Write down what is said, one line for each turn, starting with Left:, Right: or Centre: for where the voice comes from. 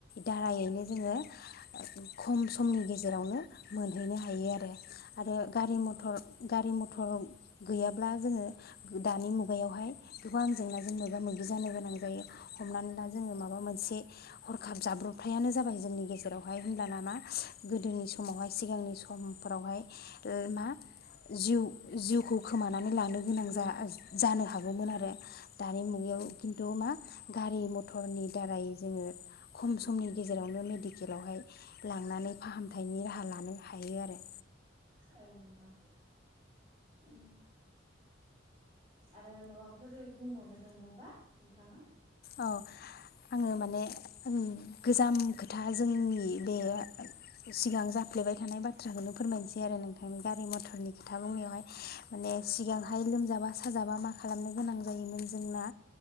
Left: दारायैनो जोंङो खम समनि गेजेरावनो मोनहैनो हायो आरो। आरो गारि मथर गारि मथर गैयाब्ला जोंङो दानि मुगायावहाय गोबां जेंनाजों मोगा मोगि जानो गोनां जायो हमनानै ला जोंङो माबा मोनसे हरखाब जाब्रबथायानो जाबाय जोंनि गेजेरावहाय होमबब्ला नामा गोदोनि समावहाय सिगांनि समफोरावहाय ओ मा जिउ जिउखौ खोमा नानै लानो गोनां
Right: उम
Left: जा जानो हा हागौमोन आरो दानि मुगायाव खिन्थु मा गारि मथरनि दारै जोंङो खम समनि गेजेरावनो मेडिकेलावहाय लांनानै फाहामथायनि राहा लानो हायो आरो।
Right: औ नोंथां उम आरो माबाफोर बुंबावनो दंबावबा नोंथाङा?
Left: औ आंङो माने ओं गोजाम खोथा जोंनि बे सिगां जाफ्लेबाय थानाय बाथ्राखौनो फोरमायनोसै आरो नोंथां गारि मथरनि खोथा बुंनायावहाय माने
Right: औ नोंथां
Left: सिगांहाय लोमजाबा साजाबा मा खालामनो गोनां जायोमोन जोंना